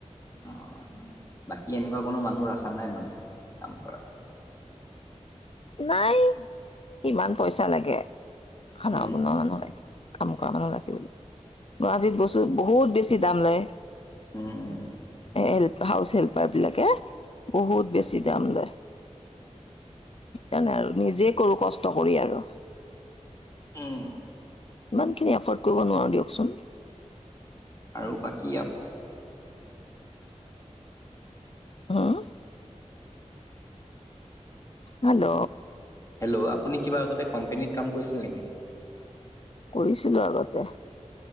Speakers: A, on the left; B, on the left.
A: অ', বাকী এনেকুৱা কোনো মানুহ ৰখা নাই মানে কাম কৰা।
B: নাই ইমান পইচা লাগে, খানা
A: উম
B: বনোৱা
A: উম
B: মানুহ কাম কৰা মানুহ ৰাখিবলৈ, গুৱাহাটীত বস্তু বহুত বেছি দাম লয়।
A: উম উম
B: হেল্প, হাউচ হেল্পাৰবিলাকে বহুত
A: হয়।
B: বেছি দাম লয়। তেনে আৰু, নিজে কৰো কষ্ট কৰি আৰু।
A: উম।
B: ইমানখিনি এফৰ্ড কৰিব নোৱাৰোঁ দিয়কচোন।
A: আৰু বাকী ইয়া
B: হম হেল্ল'।
A: হেল্ল'। আপুনি কিবা আগতে কোম্পেনীত কাম কৰিছিল নেকি?
B: কৰিছিলো আগতে।